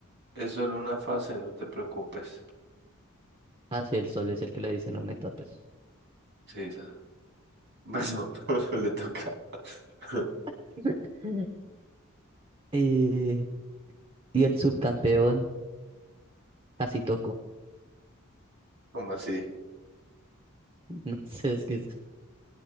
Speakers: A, on the right; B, on the right.
A: es solo una fase, no te preocupes.
B: Ah, sí, el sol es el que le dice no me tapes.
A: Sí, esa. Bueno, <laughs> le toca. <laughs>
B: <laughs> Eh, y el subcampeón casi toco.
A: ¿Cómo así?
B: <laughs> No sé, es que es,